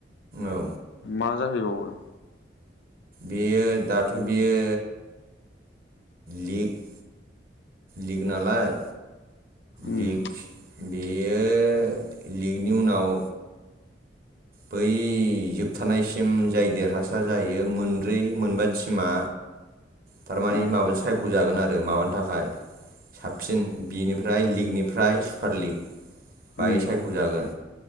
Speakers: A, on the right; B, on the left.
A: औ
B: मा जाहैबावो
A: बेयो दाथ बियो लिग लिग नालाय
B: उम
A: लिग बेयो लिगनि उनाव बै जोबथारनायसिम जाय देरहासार जाहैयो मोनब्रै मोनबा टिमा थारमानि
B: उम
A: माबा सायख'जागोन आरो माबानि थाखाय साबसिन बिनिफ्राय लिगनिफ्राय सुपार लिग बेहाय
B: उम
A: सायख'जागोन।